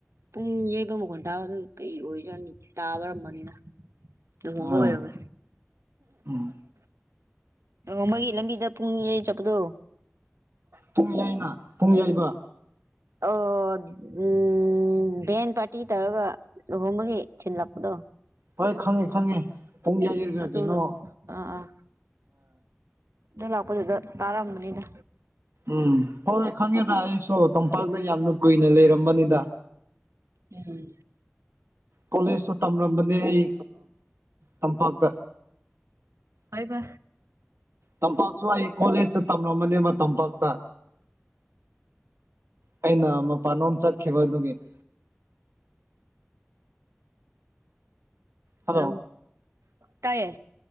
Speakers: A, on the right (about 85°); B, on the right (about 65°).
A: ꯄꯨꯡ ꯌꯩꯕ ꯃꯈꯟ ꯇꯥꯕ ꯑꯗꯨ ꯀꯩ ꯑꯣꯏꯔꯅꯤ ꯇꯥꯕꯔꯝꯕꯅꯤꯅ ꯎ ꯍꯣꯡꯕꯔꯝꯃꯦ
B: ꯑꯥ ꯎꯝ
A: ꯑꯃꯒꯤꯒꯤ ꯂꯝꯕꯤꯗ ꯄꯨꯡ ꯆꯠꯄꯗꯣ
B: ꯄꯨꯡꯌꯥꯏꯅ ꯄꯨꯡꯌꯩꯕ
A: ꯑꯣ ꯎꯝ ꯚꯦꯟ ꯄꯥꯔꯇꯤ ꯇꯧꯔꯒ ꯂꯨꯍꯣꯡꯕꯒꯤ ꯊꯤꯜꯂꯛꯄꯗꯣ
B: ꯍꯣꯏ ꯈꯪꯉꯤ ꯈꯪꯉꯤ ꯄꯨꯡ ꯌꯩꯔꯒ
A: ꯎꯝ ꯑꯗꯨꯗꯣ
B: ꯀꯩꯅꯣ
A: ꯑꯥ ꯑꯥ ꯑꯗꯨ ꯂꯥꯛꯄꯗꯨꯗ ꯇꯥꯔꯝꯕꯅꯤꯅ
B: ꯎꯝ ꯍꯣꯏ ꯍꯣꯏ ꯈꯪꯉꯦꯗ ꯑꯩꯁꯨ ꯇꯝꯄꯥꯛꯇ ꯌꯥꯝꯅ ꯀꯨꯏꯅ ꯂꯩꯔꯝꯕꯅꯤꯗ
A: ꯎꯝꯝ
B: ꯀꯣꯂꯦꯖꯇ ꯇꯝꯂꯝꯝꯕꯅꯦ ꯑꯩ ꯇꯝꯄꯥꯛꯇ
A: ꯑꯏꯕ
B: ꯇꯝꯄꯥꯛꯁꯨ ꯑꯩ ꯀꯣꯂꯦꯖꯇ ꯇꯝꯂꯝꯃꯅꯦꯕ ꯇꯝꯄꯥꯛꯇ ꯀꯩꯅ ꯃ ꯄꯟꯣꯝ ꯆ ꯈꯦꯕ ꯑꯗꯨꯃꯤꯃꯤ ꯍꯜꯂꯣ
A: ꯑ ꯇꯥꯏꯌꯦ